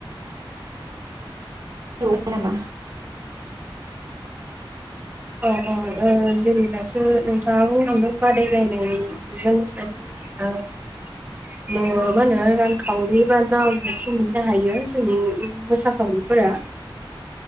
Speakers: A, on the right (about 50°); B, on the right (about 20°).
A: नोंथाङ नामा
B: अ अ जेरै दासो नोंथाङा बुंलांदों बादायलायनाय जों <unintelligible>
A: <inaudible>
B: मा होनो रांखावरि बा ना मोनसे मोननो हायो जोंनि मोसाखावरिफोरा